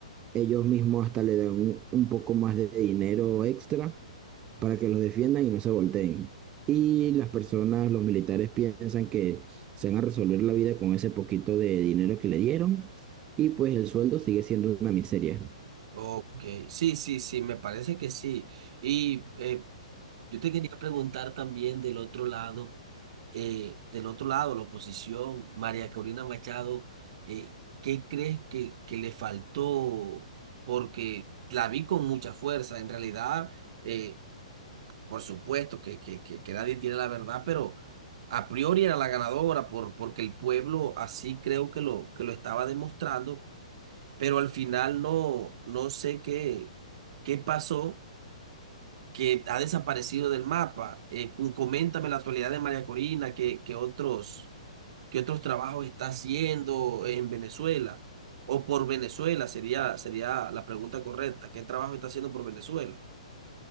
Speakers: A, on the right; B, on the right.
A: ellos mismos hasta le dan un, un poco más de dinero extra para que los defiendan y no se volteen. Y las personas, los militares piensan que se van a resolver la vida con ese poquito de dinero que le dieron y pues el sueldo sigue siendo una miseria.
B: Ok, sí, sí, sí, me parece que sí. Y eh, yo te quería preguntar también del otro lado, eh, del otro lado, la oposición, María Corina Machado, eh, ¿qué crees que, que le faltó? Porque la vi con mucha fuerza, en realidad, eh, por supuesto que, que, que, que nadie tiene la verdad, pero a priori era la ganadora por, porque el pueblo así creo que lo, que lo estaba demostrando pero al final no, no sé qué, qué pasó, que ha desaparecido del mapa. Eh, cu- coméntame la actualidad de María Corina, qué, qué otros, qué otros trabajos está haciendo en Venezuela o por Venezuela, sería, sería la pregunta correcta. ¿Qué trabajo está haciendo por Venezuela?